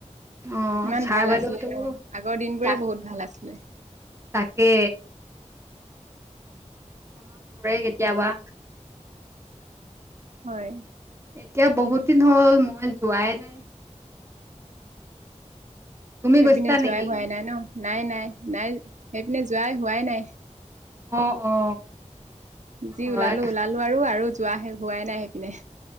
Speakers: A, on the right; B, on the right.
A: অ
B: ইমান
A: ছাৰ
B: ভাল
A: বাইদেউহতকো
B: আছিলে ন আগৰ দিনবোৰে
A: তাক
B: বহুত ভাল আছিলে।
A: তাকে, মনত পৰে কেতিয়াবা।
B: হয়।
A: এতিয়া বহুত দিন হ'ল মই যোৱাই নাই। তুমি
B: সেইপিনে
A: গৈছিলা
B: যোৱাই
A: নেকি?
B: হোৱাই নাই ন, নাই- নাই -নাই সেইপিনে যোৱাই হোৱাই নাই।
A: অ - অ।
B: যি
A: হয়
B: ওলালো - ওলালো আৰু- আৰু যোৱাহে হোৱাই নাই সেইপিনে।